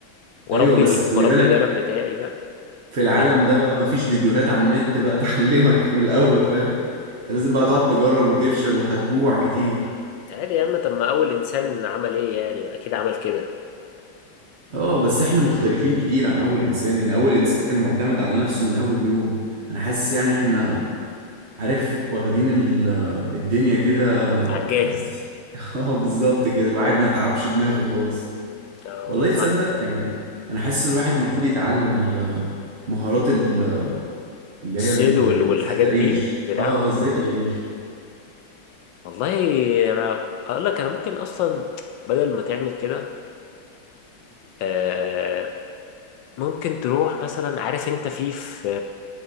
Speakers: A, on the left (about 75°); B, on the right (about 45°).
A: واربي
B: ايوه بس
A: ال...
B: خلي
A: واربي
B: بالك
A: الغنم بتاعي ده
B: في العالم
A: إيه؟
B: ده بقى مفيش فيديوهات على النت بقى <laughs> تعلمك من الأول فاهم انت لازم بقى تقعد تجرب وتفشل وهتجوع كتير
A: عادي يا عم طب ما اول انسان عمل ايه يعني ما اكيد عمل كده
B: اه بس احنا مختلفين كتير عن أول إنسان إن أول إنسان كان معتمد على نفسه من أول يوم أنا حاسس يعني احنا عارف واخدين ال- آه، الدنيا كده
A: على الجاهز
B: يعني <laughs> اه بالظبط كده الواحد ما تعبش دماغه خالص
A: آه،
B: والله تصدق
A: ص-
B: يعني أنا حاسس الواحد المفروض يتعلم ال- آه، مهارات ال- آه، اللي
A: الصيد
B: هي ال-
A: وال-
B: آه،
A: والحاجات
B: ازاي تعيش
A: دي زراعة
B: اه ازاي تعيش
A: والله انا اقول لك انا ممكن اصلا بدل ما تعمل كده آه، ممكن تروح مثلا عارف انت في في